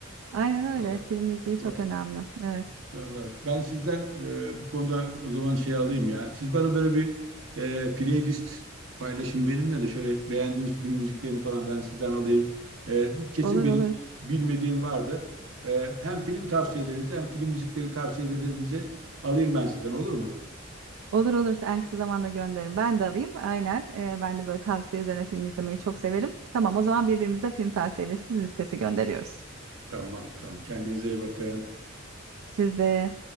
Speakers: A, on the right; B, on the right.
A: Aynen öyle.
B: Vallahi,
A: Film müziği
B: va-
A: çok önemli. Evet.
B: vallahi ben sizden e, bu konuda o zaman şey alayım ya. Siz bana böyle bir e, playlist paylaşın benimle de şöyle beğendiğiniz film müziklerini falan ben sizden alayım. E, kesin
A: Olur
B: benim
A: olur.
B: bilmediğim vardır. E, hem film tavsiyelerinizi hem film müzikleri tavsiyelerinizi alayım ben sizden olur mu?
A: Olur olur. En kısa zamanda gönderirim. Ben de alayım. Aynen. Ee, ben de böyle tavsiye üzerine film izlemeyi çok severim. Tamam, o zaman birbirimize film tavsiye listesi, listesi gönderiyoruz.
B: Tamam tamam kendinize iyi bakın.
A: Siz de